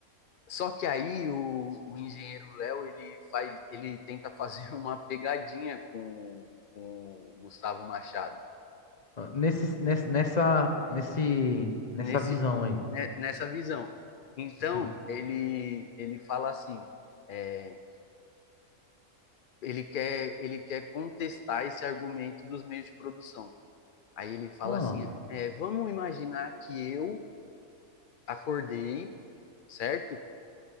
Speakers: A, on the left (about 70°); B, on the left (about 35°).
A: Só que aí o, o engenheiro Léo ele faz, ele tenta fazer <laughs> uma pegadinha com, com o Gustavo Machado
B: Ah, Nesse, nesse, nessa, nesse, nessa
A: nesse
B: visão aí.
A: né, nessa visão. Então
B: Hum.
A: ele ele fala assim, é, ele quer ele quer contestar esse argumento dos meios de produção. Aí ele fala
B: Ah,
A: assim, é, vamos imaginar que eu acordei, certo?